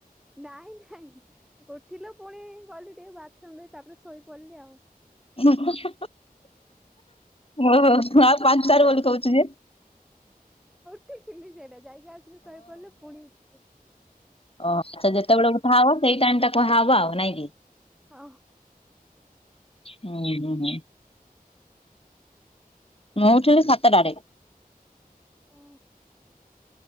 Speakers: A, in the centre; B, on the left.
A: ନାଇଁ ନାଇଁ! ଥିଲୁ ପୁଣି ଗଲି ଟିକେ ବାଥରୁମ ରେ ତାପରେ ଶୋଇପଡିଲି ଆଉ।
B: ହ! ଓ ଆଉ ପାଞ୍ଚ ଟା ରୁ ବୋଲି କହୁଛୁ ଯେ
A: ଉଠଥିଲି ସେଇଟା ଯାଇକି ଆସିକି ଶୋଇପଡ଼ିଲି ପୁଣି ଉଠିବି
B: ଓହ ଆଚ୍ଛା! ଯେତେବେଳେ ଉଠା ହବ ସେଇ ଟାଇମ୍ ଟା କୁହାହେବ ଆଉ ନାଇଁକି?
A: ହଁ!
B: ହଉ ହ ହଁ! ମୁଁ ଉଠିଲ ସାତ ଟା ରେ
A: ଓ!